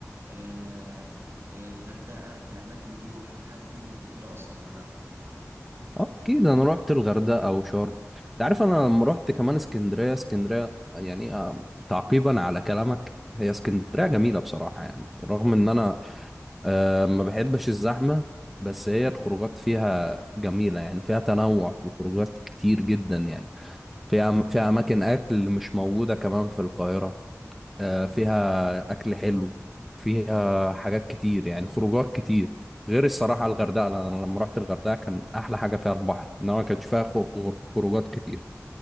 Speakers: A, on the right; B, in the centre.
A: آه آه الغردقة الأماكن دي رحت حاجة فيهم قبل كده أصلا ولا لأ
B: اه اكيد انا رحت الغردقه او شرم انت عارف انا لما رحت كمان اسكندريه اسكندريه يعني آه، تعقيبا على كلامك هي اسكندريه جميله بصراحه يعني رغم ان انا آه، ما بحبش الزحمه بس هي الخروجات فيها جميله يعني فيها تنوع في الخروجات كتير جدا يعني فيها فيها اماكن اكل مش موجوده كمان في القاهره آه، فيها أكل حلو فيها حاجات كتير يعني خروجات كتير غير الصراحة الغردقة لأن أنا لما رحت الغردقة كان أحلى حاجة فيها البحر إنما ما كانش فيها خو- غر- خروجات كتير